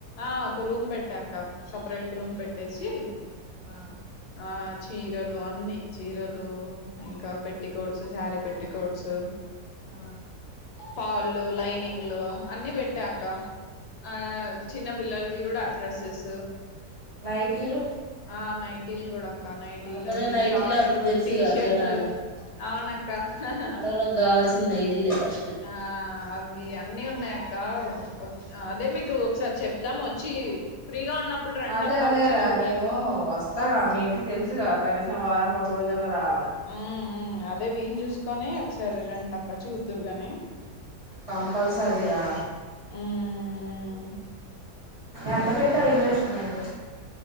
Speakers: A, on the left; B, on the right.
A: ఆ ఒక రూమ్ పెట్టా అక్క సపరేట్ రూమ్ పెట్టేసి
B: అ
A: ఆ చీరలు అన్నీ చీరలు ఇంకా పెట్టికోట్స్ శారీ పెట్టికోట్స్
B: అ
A: పాళ్లు లైనింగ్లు అన్ని పెట్టా అక్క ఆ చిన్న పిల్లలవి కూడ డ్రెస్సెస్
B: నైటీలు
A: ఆ నైట్ టీలు కూడ అ నైటీలు
B: అసలే నైటీలు
A: షార్ట్లు
B: అప్పుడు తెలుసుగా
A: టీషర్ట్లు
B: జనాలు
A: అవునక్క హ హా
B: ఆడోళ్ళకి కావాల్సింది నైటీలే ఫస్ట్
A: ఆ అవి అన్నీ ఉన్నాయి అ క్క వ అదే మీకు ఒకసారి చెప్దాం వచ్చి ఫ్రీగా ఉన్నప్పుడు రండి
B: అదే
A: అక్క
B: అదేరా
A: వచ్చి చూడండి
B: నేను వస్తాగా మీ ఇంటికి తెలుసుగా కనీసం వారానీకి ఒక రోజు అన్ న్న రావాలి
A: ఉమ్ ఉమ్ అదే వీలు చూసుకొని ఒకసారి రండి అక్క చూద్దురు గాని
B: కంపల్సరీ రా
A: ఉమ్
B: ఎంత పె ట్టావు ఇన్వెస్ట్మెంట్